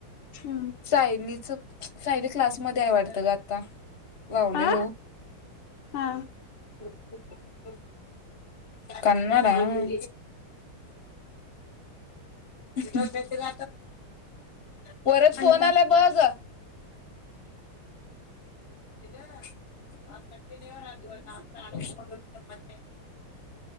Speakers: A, on the left; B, on the left.
A: हम्म
B: सायलीचं सायली क्लास मध्ये आहे वाटतं गात आत्ता लावलेलं
A: आ
B: ओ
A: हा
B: <unintelligible> कन्नड. <unintelligible> परत फोन
A: आणि काय
B: आलाय बघं <unintelligible> आजवर आमचं आयुष्य बदलत म्हणे